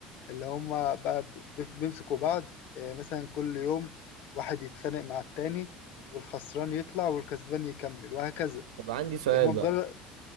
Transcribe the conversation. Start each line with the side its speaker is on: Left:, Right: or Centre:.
Left: اللي هم بقى بيف- بيمسكوا بعض آه، مثلا كل يوم واحد يتخانق مع التاني والخسران يطلع والكسبان يكمل وهكذا
Right: طب عندي سؤال
Left: يعني هم
Right: بقى
Left: مجرد